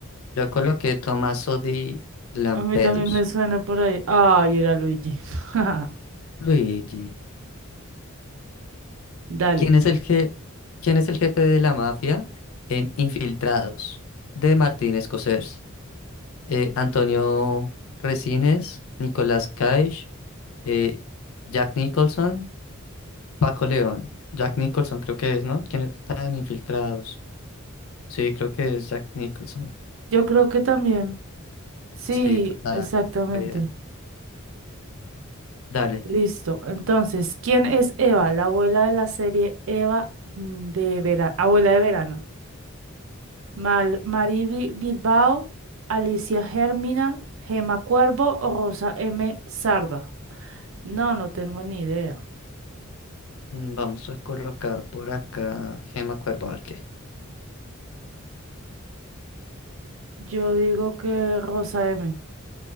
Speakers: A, on the left (about 75°); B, on the right (about 65°).
A: Yo coloqué Tommaso di Lampedusa.
B: A mí también me suena por ahí. Ay, era Luigi. <laughs>
A: Luigi,
B: Dale.
A: ¿quién es el je- ¿quién es el jefe de la mafia en Infiltrados? De Martín Scorsese. Eh, Antonio Resines, Nicolás Cage, eh, Jack Nicholson Paco León, Jack Nicholson creo que es, ¿no? ¿Quiénes están infiltrados? Sí, creo que es Jack Nicholson.
B: Yo creo que también. Sí,
A: Sí, total.
B: exactamente.
A: Bien. Dale.
B: Listo. Entonces, ¿quién es Eva? La abuela de la serie Eva mm, de verano. Abuela de verano. Mal Mariby Bilbao, Alicia Germina, Gema Cuervo o Rosa M. Sarda. No, no tengo ni idea.
A: Mm, Vamos a colocar por acá Gema Cuervo, a ver qué.
B: Yo digo que Rosa M.